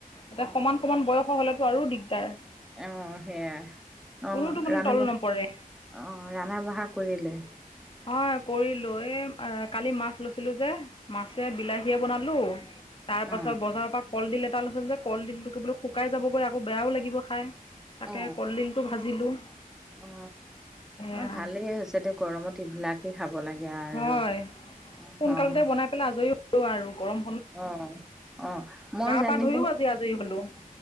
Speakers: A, in the centre; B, on the left.
A: অ
B: এটা সমান সমান বয়সৰ হলেতো আৰু দিগদাৰ।
A: অ', সেয়া অ',
B: কোনোতো মানে
A: ৰান্ধা
B: তল
A: বঢ়া
B: নপৰে
A: অ', ৰন্ধা বঢ়া কৰিলে?
B: অ', কৰিলো এই কালি মাছ লৈছিলো যে। মাছে বিলাহীয়ে বনালো তাৰ পাছত
A: অ
B: বজাৰৰ পৰা কলডিল এটা লৈছিলো যে, কলডিলটো কি বোলো শুকাই যাবগৈ আকৌ বেয়াও লাগিব খাই। তাকে
A: অ
B: কলডিলটো ভাজিলো।
A: অ',
B: সেয়া
A: অ', ভালেই হৈছে দে গৰমত এইবিলাক দি খাব লাগে আৰু
B: হয়
A: অ'।
B: সোনকালতে <unintelligible> আজৰি আৰু গৰম
A: অ', অ', মই জানিব
B: পা ধুইও আজি আজৰি হলো। <unintelligible>